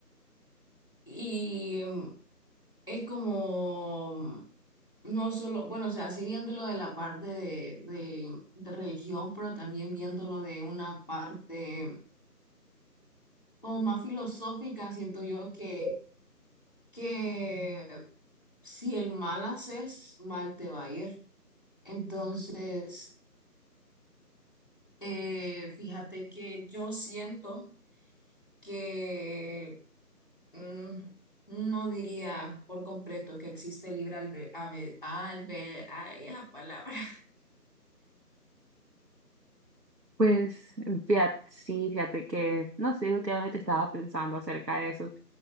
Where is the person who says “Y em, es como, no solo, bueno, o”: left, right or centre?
Left